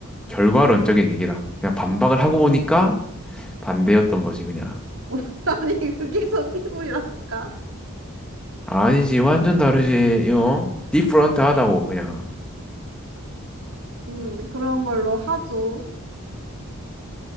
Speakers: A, in the centre; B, on the right.
A: 결과론적인 얘기다. 그냥 반박을 하고 보니까 반대였던 거지, 그냥.
B: <laughs> 아니, 그게 청개구리라니까?
A: 아니지. 완전 다르지. 이거 디프런트 하다고, 그냥.
B: 음, 그런 걸로 하죠.